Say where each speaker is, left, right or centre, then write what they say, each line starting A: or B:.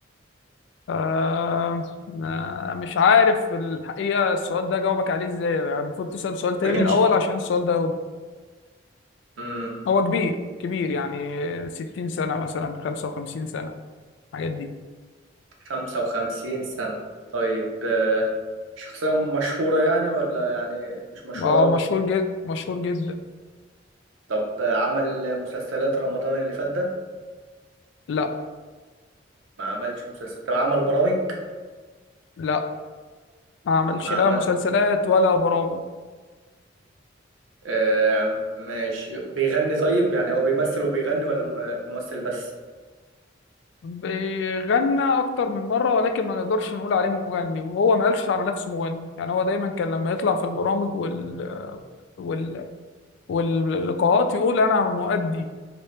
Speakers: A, on the left; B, on the right.
A: آه ما- مش عارف الحقيقة السؤال ده جاوبك عليه ازاي يعني المفروض تسأل سؤال تاني
B: فرنج
A: الأول عشان السؤال ده يوضح
B: امم
A: هو كبير كبير يعني ستين سنة مثلا خمسة وخمسين سنة الحاجات دي
B: خمسة وخمسين سنة طيب شخصية مشهورة يعني ولا يعني مش مشهورة
A: هو
B: قوي
A: مشهور جدا مشهور جدا
B: طب عمل مسلسلات رمضان اللي فات ده
A: لا
B: ما عملش مسلسل طب عمل برامج
A: لا ما عملش
B: ما
A: لا
B: عمل
A: مسلسلات ولا برامج
B: آه ماشي بيغني طيب يعني هو بيمثل وبيغني ولا م- بيمثل بس
A: بيغنى أكتر من مرة ولكن ما نقدرش نقول عليه مغني وهو ما قالش على نفسه مغني يعني هو دايما كان لما يطلع في البرامج وال وال واللقاءات يقول أنا مؤدي